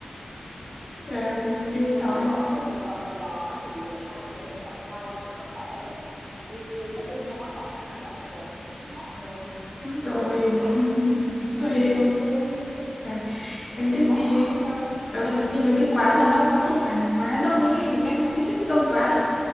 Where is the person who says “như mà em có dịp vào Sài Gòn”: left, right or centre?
Right